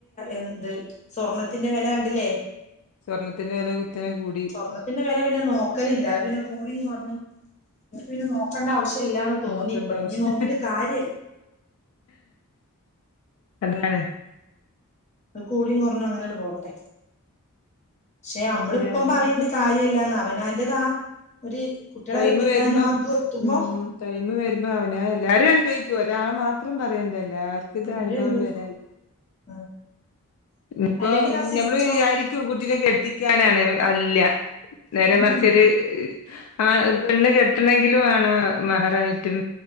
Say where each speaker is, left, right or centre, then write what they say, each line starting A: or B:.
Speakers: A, on the left; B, on the left.
A: എന്ത് സ്വർണത്തിന്റെ വില കണ്ടില്ലേ
B: സ്വർണത്തിന്റെ വില കുത്തനെ കൂ
A: സ്വർണ്ണത്തിന്റെ വില പിന്നെ നോക്കലില്ല അത് പിന്നെ കൂടിയും കൊറ പിന്നെ നോക്കേണ്ട ആവശ്യമില്ലന്ന് തോന്നിപ്പൊ
B: നോക്കണ്ട ആവശ്യം
A: ഇനി നോക്കിട്ട് കാര്യല്ല.
B: അതാണ്.
A: അത് കൂടിയും കുറഞ്ഞും അങ്ങനെട് പോട്ടെ ക്ഷെ നമ്മളിപ്പം
B: ഏതായാലും
A: പറയണ്ട് കാര്യമല്ലന്ന അവനാന്റതാ ഒരു കുട്ടികളെ
B: ടൈമ്
A: കെട്ടിക്കാനും
B: വരുമ്പോ
A: ആത് എത്തുമ്പോ
B: ഉം ടൈമ് വരുമ്പോ അവന എല്ലാരും അനുഭവിക്കും ഒരാളെ മാത്രം പറയണ്ടല്ലാര്
A: എല്ലാരും
B: അനുഭവം
A: അനുഭവിക്കും
B: വര
A: ഉം
B: ഇപ്പൊ
A: അല്ലെങ്കിൽ ആ സിസ്റ്റം
B: നമ്മള് വിചാരി ക്കും കുട്ടിനെ കെട്ടിക്കാനാണെന്ന് അല്ല നേരെ
A: ഉം
B: മറച്ചൊരു
A: ഉം
B: ആഹ് പെണ്ണ് കെട്ടണെങ്കിലും മാണ് മഹറായിട്ടും